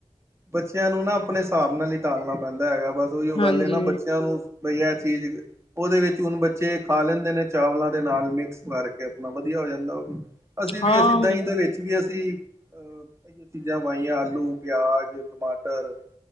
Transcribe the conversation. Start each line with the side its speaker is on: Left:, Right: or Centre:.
Right: ਬੱਚਿਆਂ ਨੂੰ ਨਾ ਆਪਣੇ ਸਾਬ ਨਾਲ ਈ ਟਾਲਣਾ ਪੈਂਦਾ ਹੈਗਾ ਬਸ ਓਹੀਓ ਗੱਲ
Left: ਹਾਂਜੀ
Right: ਐ ਨਾ ਬੱਚੇ ਬਈ ਐ ਚੀਜ਼ ਉਹਦੇ ਵਿੱਚ ਹੁਣ ਬੱਚੇ ਖਾ ਲੈਂਦੇ ਨੇ ਚਾਵਲਾਂ ਦੇ ਨਾਲ ਮਿਕਸ ਕਰਕੇ ਆਪਣਾ ਵਧੀਆ ਹੋ ਜਾਂਦਾ ਓ ਵੀ ਅਸੀਂ
Left: ਹਾਂ
Right: ਵੀ ਅਸੀਂ ਦਹੀਂ
Left: ਹਮ
Right: ਦੇ ਵਿੱਚ ਵੀ ਅਸੀਂ ਅ ਕਈ ਚੀਜ਼ਾਂ ਪਾਈਆਂ ਆਲੂ, ਪਿਆਜ, ਟਮਾਟਰ।